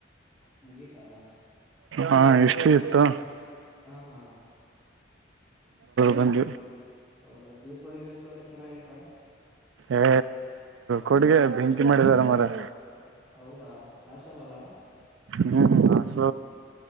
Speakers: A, in the centre; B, on the right.
A: ಮುಗೀತಾ
B: ಹಾ ಎಷ್ಟ ಇತ್ತು
A: ಹ ಹಾ
B: ಬಕಂಜ
A: ಹೌದೌ ಬೀಳ್ಕೋಡೆ ಗೀಳ್ಕಡೆ ಚನ್ನಾಗ ಆ್ತಾ
B: ಏ ಕೊಡ್ಗೆ ಬೆಂಕಿ ಮಾಡಿದಾರ ಮಾರಾಯ
A: ಹೌದಾ ಹಾಸ್ಟೆಲ್ ಅಲ್ಲಾ
B: ಹ್ಮ್್ಮಸ